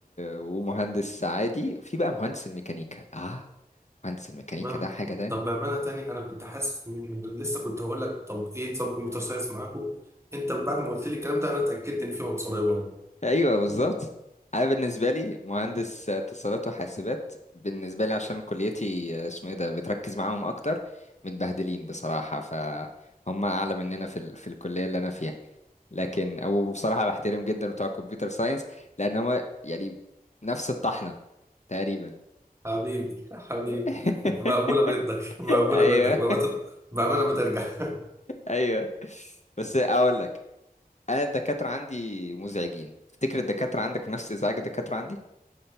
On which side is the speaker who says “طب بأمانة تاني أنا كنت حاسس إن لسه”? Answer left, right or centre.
Right